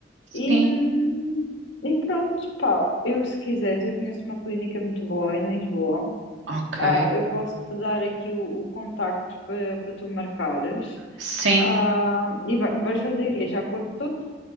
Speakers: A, on the left; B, on the right.
A: E,
B: Sim.
A: hum, e pronto, pá, eu se quiseres, eu conheço uma clínica muito boa em Lisboa
B: Ok.
A: Ah, eu posso te dar aqui o, o contacto para para tu marcares.
B: Sim,
A: Ah, e vai- vais fazer o quê? Já corpo todo?